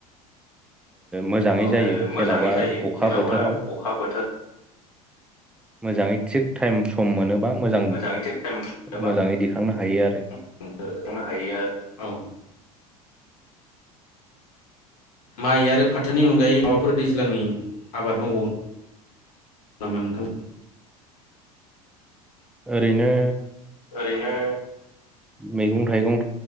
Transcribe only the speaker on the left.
ओ
मोजाङै
जायो
जेन'बा
अखा बोथोर
मोजाङै थिग टाइम मोनोबा
<unintelligible> माइ आरो फाथोनि अनगायै माबाफोर दैज्लांनि आबाद मावबावो? नामा नोंथां?
ओरैनो